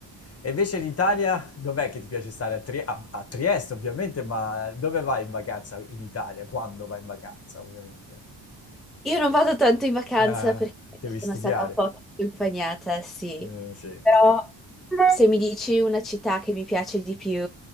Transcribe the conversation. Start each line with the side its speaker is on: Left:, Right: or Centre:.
Left: E invece l'Italia, dov'è che ti piace stare? A, Tri- a- a Trieste, ovviamente, ma dove vai in vacanza in Italia? Quando vai in vacanza, ovviamente?
Centre: Io non vado tanto in vacanza
Left: Eh,
Centre: perché
Left: devi
Centre: sono
Left: studiare.
Centre: stata un po' più impagnata, sì,
Left: Eh, sì.
Centre: però se mi dici una città che mi piace di più,